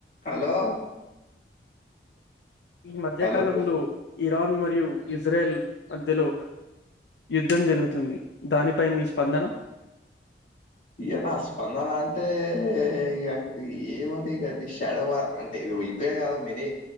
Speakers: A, on the left (about 45°); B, on the left (about 80°).
A: Hello
B: ఈ మధ్య
A: hello
B: కాలంలో ఇరాన్ మరియు ఇజ్రాయల్ మధ్యలో యుద్ధం జరుగుతుంది దానిపై మీ స్పందన
A: ఇక నా స్పందన అంటే ఇక ఏముంది ఇకది షాడో వార్ అంటే ఇప్పుడె కాదు many